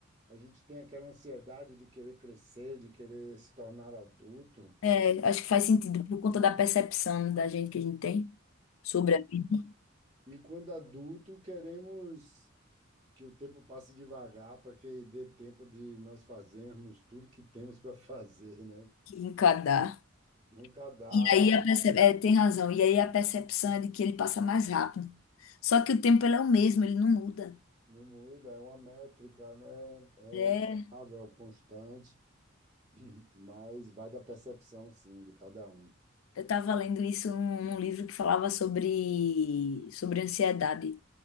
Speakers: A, on the right (about 25°); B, on the left (about 80°).
A: a gente tem aquela ansiedade de querer crescer, de querer se tornar adulto.
B: É, acho que faz sentido por conta da percepção da gente que a gente tem sobre a vida
A: E quando adulto, queremos que o tempo passe devagar para que dê tempo de nós fazermos tudo que temos para fazer, né?
B: que encadar.
A: Nunca dá,
B: E aí a perce... é, tem razão. E aí a percepção é de que ele passa mais rápido. Só que o tempo ele é o mesmo, ele não muda.
A: não muda, é uma métrica, né? É
B: É,
A: estável, constante, <clears throat> mas vai da percepção, sim, de cada um.
B: eu estava lendo isso num, num livro que falava sobre, sobre ansiedade.